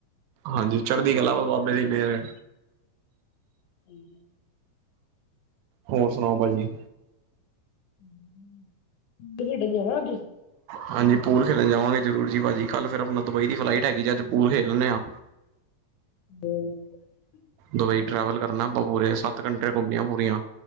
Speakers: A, on the right (about 80°); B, on the left (about 80°).
A: ਹਾਂਜੀ ਚੜ੍ਹਦੀ ਕਲਾ ਵਾ ਬਾਬੇ ਦੀ ਮੇਰ
B: ਏਹੀ
A: ਹੋਰ ਸੁਣਾਓ ਭਾਜੀ।
B: <unintelligible>
A: ਹਾਂਜੀ ਪੂਲ ਖੇਡਣ ਜਾਵਾਂਗੇ ਜ਼ਰੂਰ ਜੀ ਭਾਜੀ, ਕੱਲ੍ਹ ਫਿਰ ਆਪਨਾ ਦੁਬਈ ਦੀ ਫਲਾਈਟ ਹੈਗੀ ਜੇ, ਅੱਜ ਪੂਲ ਖੇਲ ਲੈਂਦੇ ਆਂ।
B: <unintelligible>
A: ਦੁਬਈ ਟਰੈਵਲ ਕਰਨਾ ਆਪਾਂ ਪੂਰੇ ਸੱਤ ਕੰੰਟਰੀਆਂ ਘੁੰਮਨੀਆਂ ਪੂਰੀਆਂ।